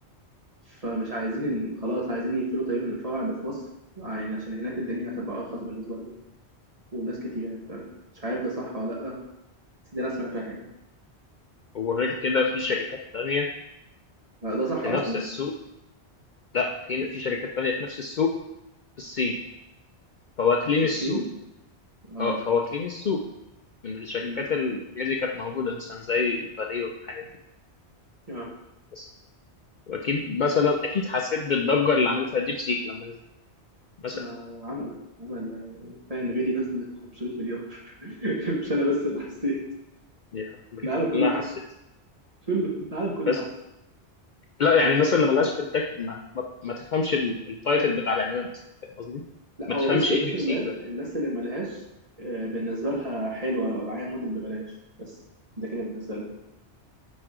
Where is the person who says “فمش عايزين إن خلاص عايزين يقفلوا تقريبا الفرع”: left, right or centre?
Right